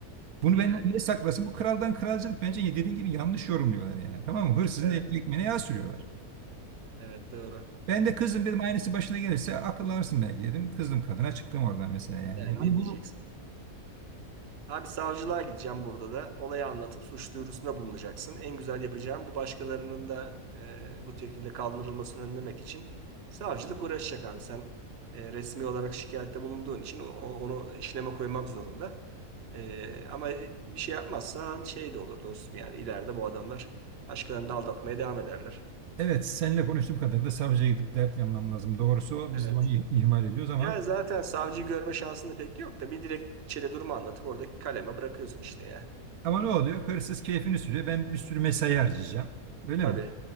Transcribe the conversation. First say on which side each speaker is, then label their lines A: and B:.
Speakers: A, on the right; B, on the right.
A: Bunu
B: Yani
A: benden niye saklasın? Bu kraldan kralcılık bence ya dediğin gibi yanlış yorumluyorlar yani. Tamam mı? Hırsızın
B: evet.
A: ek- ekmeğine yağ sürüyorlar.
B: Evet doğru.
A: Ben de kızım dedim aynısı başına gelirse akıllanırsın belki dedim. Kızdım kadına çıktım oradan mesela yani.
B: Yani
A: Yani
B: ne
A: bu
B: diyeceksin? Abi savcılığa gideceğim burada da. Olayı anlatıp suç duyurusunda bulunacaksın. En güzel yapacağım bu başkalarının da e, bu şekilde kaldırılmasını önlemek için savcılık uğraşacak abi. Sen e, resmi olarak şikayette bulunduğun için o- o- onu işleme koymak zorunda. E, ama bir şey yapmazsan şey de olur dostum yani ileride bu adamlar başkalarını da aldatmaya devam ederler.
A: evet seninle konuştuğum kadar da savcıya gidip dert yanmam lazım. Doğrusu o
B: Evet.
A: biz de onu ih- ihmal ediyoruz ama
B: Ya zaten savcıyı görme şansın da pek yok da bir dilekçeyle durumu anlatıp oradaki kaleme bırakıyorsun işte ya.
A: ama ne oluyor? Hırsız keyfini sürüyor. Ben bir sürü mesai harcayacağım. Öyle
B: Tabii.
A: mi?